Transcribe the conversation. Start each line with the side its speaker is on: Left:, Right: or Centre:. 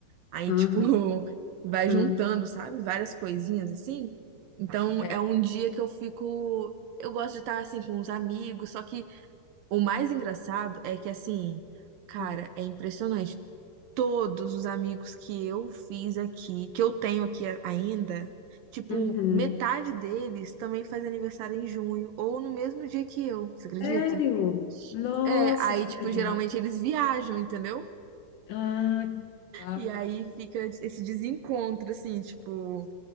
Right: Aí,
Left: aham,
Right: tipo, <laughs> vai juntando,
Left: aham.
Right: sabe? Várias coisinhas assim. Então,
Left: É.
Right: é um dia que eu fico. Eu gosto de estar assim com os amigos, só que o mais engraçado é que, assim, cara,
Left: Uhum.
Right: é impressionante. Todos os amigos que eu fiz aqui, que eu tenho aqui a- ainda, tipo,
Left: Uhum.
Right: metade deles também faz aniversário em junho, ou no mesmo dia que eu, você acredita?
Left: Sério? Nossa,
Right: É, aí,
Left: que
Right: tipo,
Left: legal.
Right: geralmente eles viajam, entendeu?
Left: Ah, que legal.
Right: E aí fica esse desencontro, assim, tipo.